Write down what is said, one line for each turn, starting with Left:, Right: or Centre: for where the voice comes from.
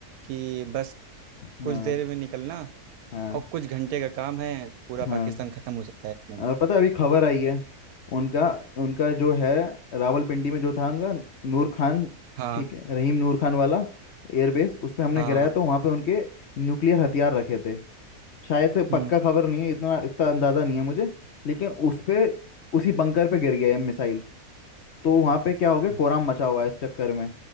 Right: कि बस
Left: हाँ
Right: कुछ देर में निकलना
Left: हाँ
Right: और कुछ घंटे का काम है पूरा
Left: हाँ
Right: पाकिस्तान खत्म हो सकता है इसमें।
Left: और पता है अभी खबर आई है उनका उनका जो है रावलपिंडी में जो था उनका नूर खान
Right: हाँ
Left: ठीक है रहीम नूर खान वाला एयरबेस उस पे हमने
Right: हाँ
Left: गिराया
Right: हाँ,
Left: तो वहाँ पे उनके न्यूक्लियर हथियार रखे थे शायद से
Right: हम्म
Left: पक्का खबर नहीं है इतना इसका अंदाज़ा नहीं है मुझे लेकिन उस पे उसी बंकर पे गिर गया है मिसाइल तो वहाँ पे क्या हो गया कोराम
Right: हम्म,
Left: मचा हुआ है इस चक्कर में